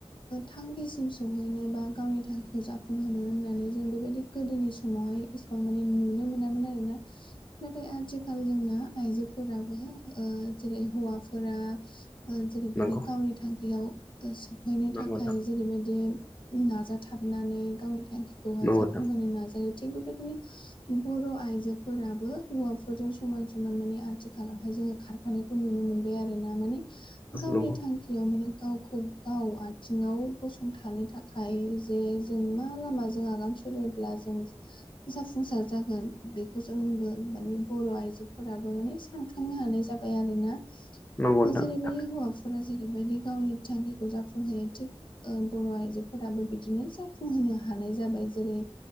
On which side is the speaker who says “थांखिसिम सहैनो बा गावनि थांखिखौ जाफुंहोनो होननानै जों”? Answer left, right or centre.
Left